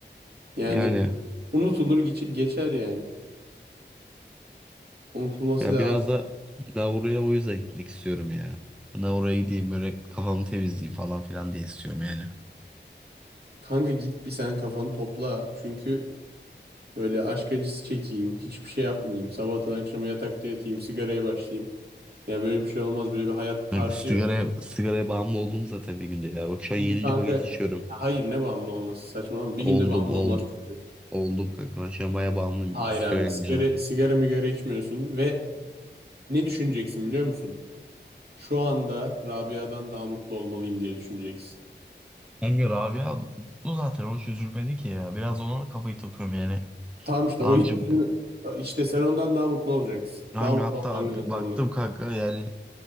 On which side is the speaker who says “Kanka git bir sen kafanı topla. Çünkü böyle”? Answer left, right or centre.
Right